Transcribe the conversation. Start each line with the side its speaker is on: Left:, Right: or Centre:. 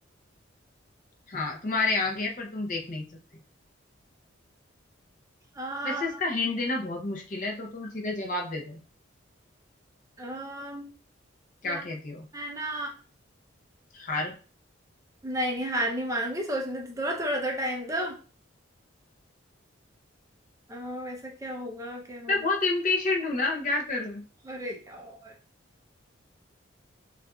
Left: हाँ तुम्हारे आगे है पर तुम देख नहीं सकते
Right: आ,
Left: वैसे इसका हिंट देना बहुत मुश्किल है तो तुम सीधा जवाब दे दो
Right: आ,
Left: क्या
Right: यार
Left: कहती हो
Right: मैं ना
Left: हार
Right: नहीं नहीं हार नहीं मानूंगी सोचने तो थोड़ा थोड़ा तो टाइम दो अ, वैसा क्या होगा क्या होगा
Left: मैं बहुत इम्पेशेंट हूं ना क्या करूं
Right: अरे यार